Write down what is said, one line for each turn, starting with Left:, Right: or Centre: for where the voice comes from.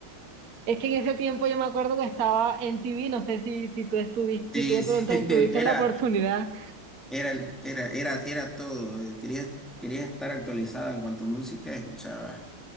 Right: Es que en ese tiempo yo me acuerdo que estaba en TV, no sé si, si tú estuviste,
Centre: Sí,
Right: si tú de pronto
Centre: sí, <laughs>
Right: tuviste
Centre: era,
Right: la oportunidad
Centre: Era, el- era, era, era todo. eh, Querías, querías estar actualizado en cuanto a música, escuchabas